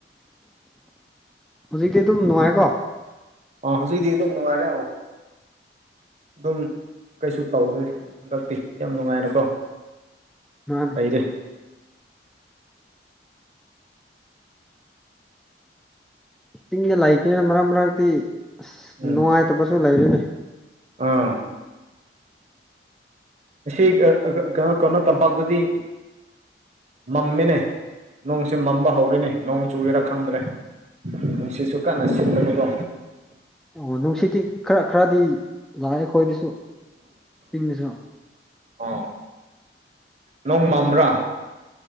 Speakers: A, in the centre; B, on the right.
A: ꯍꯧꯖꯤꯛꯇꯤ ꯑꯗꯨꯝ ꯅꯨꯡꯉꯥꯏꯀꯣ
B: ꯑ ꯍꯧꯖꯤꯛꯗꯤ ꯑꯗꯨꯝ ꯅꯨꯡꯉꯥꯏꯔꯦ ꯑꯃꯨꯛꯀ ꯑꯗꯨꯝ ꯀꯩꯁꯨ ꯇꯧꯗꯦ ꯍꯟꯗꯛꯇꯤ ꯌꯥꯝ ꯅꯨꯡꯉꯥꯏꯔꯦꯀꯣ
A: ꯃꯥꯅꯦ
B: ꯂꯩꯔꯦ
A: ꯆꯤꯡꯗ ꯂꯩꯇꯦꯅ ꯃꯔꯛ ꯃꯔꯛꯇ ꯑꯁ
B: ꯎꯝ
A: ꯅꯨꯡꯉꯥꯏꯇꯕꯁꯨ ꯂꯩꯔꯤꯅꯦ
B: ꯑꯥ ꯉ ꯀꯩꯅꯣ ꯀꯩꯅꯣ ꯇꯝꯄꯥꯛꯇꯗꯤ ꯃꯝꯃꯤꯅꯦ ꯅꯣꯡꯁꯦ ꯃꯝꯕ ꯍꯧꯔꯦꯅꯦ ꯅꯣꯡ ꯆꯨꯔꯦꯔꯥ ꯈꯪꯗ꯭ꯔꯦ ꯅꯨꯡꯁꯤꯠꯁꯨꯨ ꯀꯟꯅ ꯁꯤꯠꯂꯦꯕꯀꯣ
A: ꯑꯣ ꯅꯨꯡꯁꯤꯠꯇꯤ ꯈꯔ ꯈꯔꯗꯤ ꯂꯥꯛꯑꯦ ꯑꯩꯈꯣꯏꯗꯁꯨ ꯆꯤꯡꯗꯁꯨ
B: ꯑꯣ ꯅꯣꯡ ꯃꯪꯕ꯭ꯔꯥ